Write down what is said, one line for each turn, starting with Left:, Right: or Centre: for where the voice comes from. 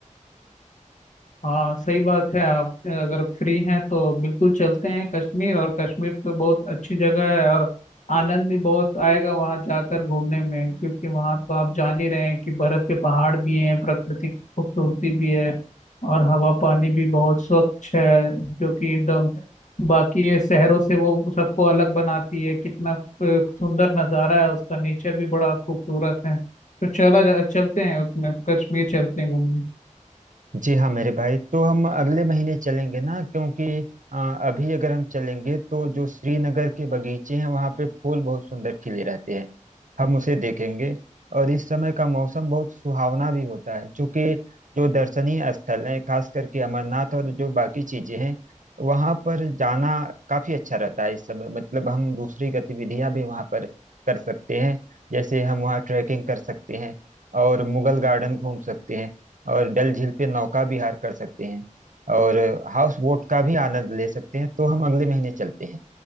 Left: हाँ सही बात है आप अगर फ्री हैं तो बिल्कुल चलते हैं कश्मीर और कश्मीर तो बहुत अच्छी जगह है और आनंद भी बहुत आएगा वहाँ जाकर घूमने में क्योंकि वहाँ तो आप जान ही रहे हैं कि बर्फ के पहाड़ भी हैं प्रकृति की खूबसूरती भी है और हवा पानी भी बहुत स्वच्छ है जो कि एकदम बाकी ये शहरों से वो सबको अलग बनाती है कितना अ, सुंदर नज़ारा है उसका नेचर भी बड़ा खूबसूरत है तो चला जा चलते हैं उसमें कश्मीर चलते हैं घूमने
Right: जी हाँ मेरे भाई तो हम अगले महीने चलेंगे ना क्योंकि अ, अभी अगर हम चलेंगे तो जो श्रीनगर के बगीचे हैं वहाँ पे फूल बहुत सुंदर खिले रहते हैं हम उसे देखेंगे और इस समय का मौसम बहुत सुहावना भी होता है क्योंकि जो दर्शनीय स्थल हैं खास करके अमरनाथ और जो बाकी चीजें हैं वहाँ पर जाना काफी अच्छा रहता है इस समय मतलब हम दूसरी गतिविधियां भी वहाँ पर कर सकते हैं जैसे हम वहाँ ट्रैकिंग कर सकते हैं और मुगल गार्डन घूम सकते हैं और डल झील पे नौका विहार कर सकते हैं और हाउस बोट का भी आनंद ले सकते हैं तो हम अगले महीने चलते हैं